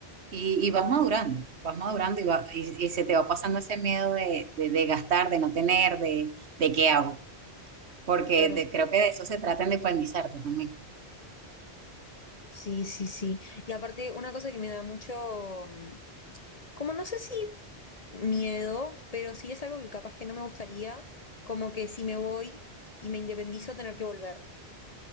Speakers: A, on the right (about 75°); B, on the left (about 40°).
A: y, y vas madurando, vas madurando y, va- y, y se te va pasando ese miedo de, de, de gastar, de no tener, de, de qué hago. porque
B: Claro.
A: de- creo que de eso se trata de independizarte también.
B: Sí, sí, sí. Y aparte, una cosa que me da mucho, mm, como no sé si miedo, pero sí es algo que capaz que no me gustaría, como que si me voy y me independizo, tener que volver,